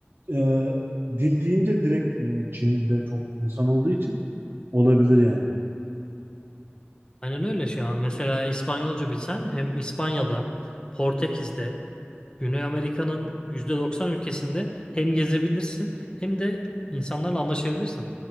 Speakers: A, on the right (about 55°); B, on the left (about 20°).
A: e, dil deyince direkt e, Çin'de çok insan olduğu için olabilir yani.
B: Aynen öyle şu an. Mesela İspanyolca bilsen hem İspanya'da, Portekiz'de, Güney Amerika'nın %90 ülkesinde hem gezebilirsin hem de insanlarla anlaşabilirsin.